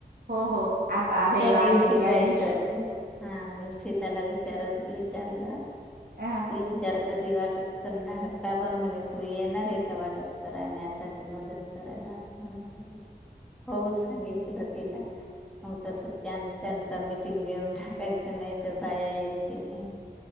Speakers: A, on the right; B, in the centre.
A: हो हो आता आलेला
B: त्या दिवशी
A: आहे त्या
B: जायचं,
A: दिवशी
B: हा मीशित त्याला विचार विचारलं
A: अ
B: ते विचार. कधी वाटप करणार, का‌ बर म्हणे तू येणार एका वाटप करण्याचा. मदत करायला असं म्हणत होती.
A: <inaudible>
B: हो सांगितलेलं तिला. मग तसं त्यां त्यांच मीटिंग घेऊन टाकायचं, नाही तर बाया येत बी नाही.